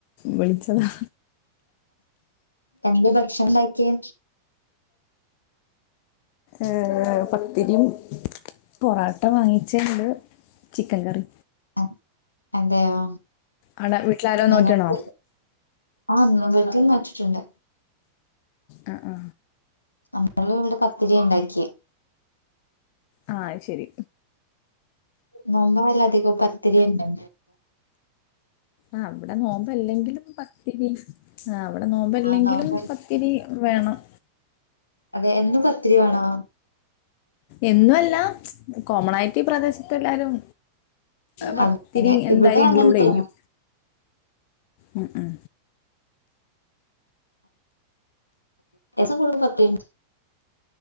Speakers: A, on the left; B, on the left.
A: വിളിച്ചതാ
B: എന്തെ ഭക്ഷണണ്ടാക്കിയെ
A: ഏഹ്.... പത്തിരീം പൊറോട്ട വാങ്ങിച്ചണ്ട് ചിക്കൻ കറി
B: അ- അതെയോ
A: അടെ വീട്ടിലാരോ നോറ്റണോ
B: നിങ്ങൾക്ക് ആഹ് വീറ്റീനോറ്റിറ്റുണ്ട്
A: ആ ആ
B: നമ്മള് ഇവിടെ പത്തിരിണ്ടാക്കിയെ
A: അഹ് അയ്ശരി
B: നോമ്പയാൽ അധികം പത്തിരിയനെ
A: ആഹ് വിടെ നോമ്പല്ലെങ്കിലും പത്തിരി ആഹ് ഇവിടെ നോമ്പല്ലെങ്കിലും
B: ആഹ് നോമ്പ്
A: പത്തിരി വേണം
B: അതെ എന്നും പത്തിരി വേണോ
A: എന്നുവല്ല കോമണായിട്ട് ഈ പ്രദേശത്ത് എല്ലാരും പത്തിരി
B: അതെ
A: എന്തായാലും
B: ഇവിടെ അങ്ങനത്തെയാണ്.
A: ഇൻക്ലൂഡ് ചെയ്യും ഉം ഉം
B: എസം കൊടു പത്ത്മിന്റ്റ്